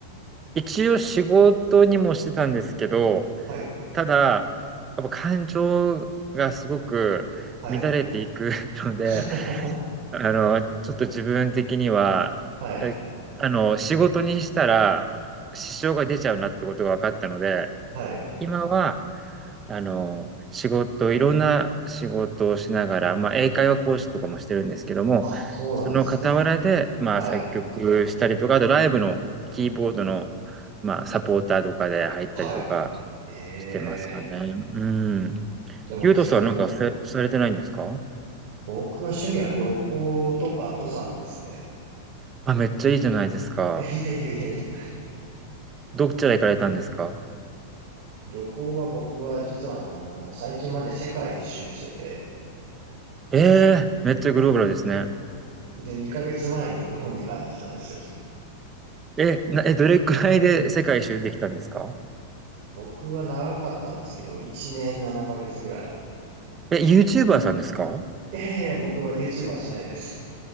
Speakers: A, on the right; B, on the right.
A: 一応仕事にもしてたんですけど、
B: はい、
A: ただ、やっぱ感情がすごく乱れていく
B: はい。
A: <laughs> ので、
B: <laughs>
A: あの、ちょっと自分的には、
B: はい、
A: えあの、仕事にしたら支障が出ちゃうなってことが分かったので、
B: はい。
A: 今はあの、仕事、いろんな仕事をしながら、まあ、英会話講師とかもしてるんですけども、
B: あ、そうなんですね。
A: その傍らで、まあ、
B: はい、
A: 作曲したりとか、あとライブのキーボードの、まあ、サポーターとかで入ったりとか
B: はい。え
A: してますかね。うん。
B: ー、でも基本、
A: ゆうとさんはなんかせされてないんですか
B: 僕は趣味は旅行とか登山ですね。
A: あ、めっちゃいいじゃないですか。
B: いやいやいやいやいや。
A: どちら行かれたんですか
B: 旅行は僕は実はあの、最近まで世界一周してて、
A: ええーめっちゃグローバルですね。
B: で、2ヶ月前に日本に帰ってきたんですよ。
A: え、な、え、どれくらいで世界一周できたんですか
B: 僕は長かったんですけど、1年7ヶ月ぐらい。
A: え、YouTuber さんですか
B: いやいやいや、僕は YouTube はしないです。